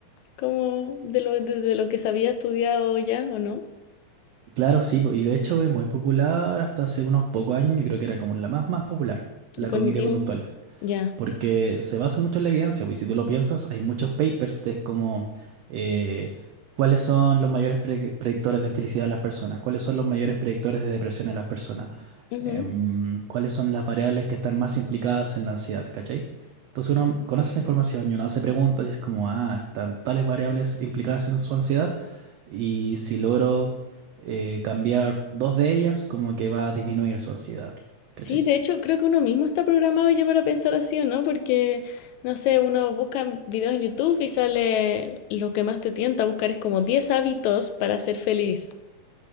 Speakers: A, on the left (about 80°); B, on the right (about 80°).
A: como de lo, desde lo que se había estudiado ya, ¿o no?
B: Claro, sí, po, y de hecho es muy popular hasta hace unos pocos años, yo creo que era como la más más popular, la
A: El cognitivo.
B: cognitiva conductual
A: Ujú. Ya.
B: porque se basa mucho en la evidencia, pues, y si tú lo piensas, hay muchos papers de como eh, cuáles son los mayores pre- predictores de felicidad en las personas, cuáles son los mayores predictores de depresión en las personas,
A: ujú.
B: em, cuáles son las variables que están más implicadas en la ansiedad, ¿cachai? Entonces uno conoce esa información y uno se pregunta y es como, ah, están tales variables implicadas en su ansiedad y si logro eh, cambiar dos de ellas, como que va a disminuir su ansiedad, ¿cachai?
A: Sí, de hecho, creo que uno mismo está programado ya para pensar así, ¿o no? Porque, no sé, uno busca videos en YouTube y sale lo que más te tienta a buscar es como 10 hábitos para ser feliz.